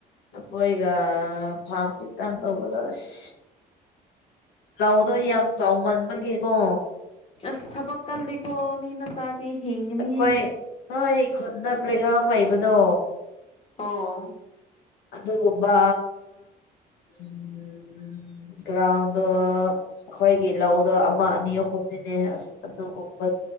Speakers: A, on the left; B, on the left.
A: ꯂꯐꯣꯏꯒ ꯐꯥꯝ ꯈꯤꯇꯪ ꯇꯧꯕꯗ ꯁꯤ ꯂꯧꯗꯣ ꯌꯥꯝ ꯆꯥꯎꯃꯟꯕꯒꯤꯒꯣ
B: ꯑꯁ ꯊꯕꯛ ꯀꯜꯂꯤꯀꯣ ꯃꯤ ꯃꯆꯥꯗꯤ ꯍꯤꯡꯒꯅꯤꯍꯦ
A: ꯑꯩꯈꯣꯏ ꯅꯣꯏ ꯈꯨꯟꯗ ꯄ꯭ꯂꯦꯒ꯭ꯔꯥꯎꯟ ꯂꯩꯕꯗꯣ
B: ꯑꯣ
A: ꯑꯗꯨꯒꯨꯝꯕꯥ ꯎꯝ ꯒ꯭ꯔꯥꯎꯟꯗꯣ ꯑꯈꯣꯏꯒꯤ ꯂꯧꯗꯣ ꯑꯃ ꯑꯅꯤ ꯑꯍꯨꯝꯅꯤꯅꯦ ꯑꯁ ꯑꯗꯨꯒꯨꯝꯕ